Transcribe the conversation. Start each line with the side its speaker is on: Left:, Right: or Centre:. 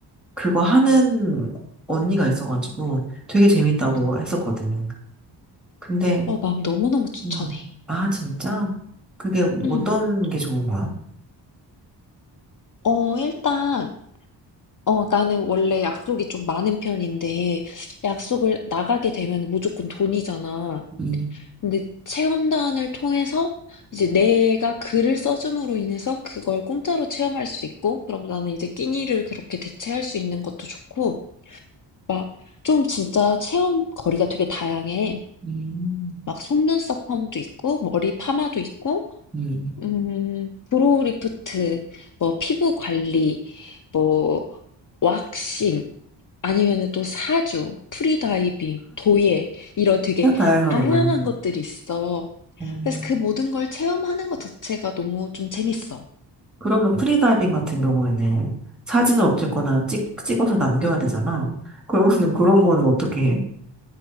Centre: 그거 하는 언니가 있어가지고 되게 재밌다고
Left: 음.
Centre: 했었거든. 근데
Left: 어, 난 너무너무 추천해.
Centre: 음. 아, 진짜? 그게 뭐
Left: 음.
Centre: 어떤 게 좋은 거야?
Left: 어, 일단 어, 나는 원래 약속이 좀 많은 편인데, 약속을 나가게 되면 무조건 돈이잖아.
Centre: 음,
Left: 근데 체험단을 통해서 이제 내가 글을 써줌으로 인해서 그걸 공짜로 체험할 수 있고, 그럼 나는 이제 끼니를 그렇게 대체할 수 있는 것도 좋고, 막 좀 진짜 체험 거리가 되게 다양해.
Centre: 음,
Left: 막 속눈썹 펌도 있고, 머리 파마도 있고,
Centre: 음.
Left: 음, 브로우 리프트, 뭐 피부 관리, 뭐 왁싱, 아니면은 또 사주, 프리다이빙, 도예 이런 되게
Centre: 진짜 다양하구나.
Left: 다양한 것들이 있어.
Centre: 음.
Left: 그래서 그 모든 걸 체험하는 것 자체가 너무 좀 재밌어.
Centre: 그러면 프리다이빙 같은 경우에는 사진을 어쨌거나 찍, 찍어서 남겨야 되잖아. 그러면은 그런 거는 어떻게 해?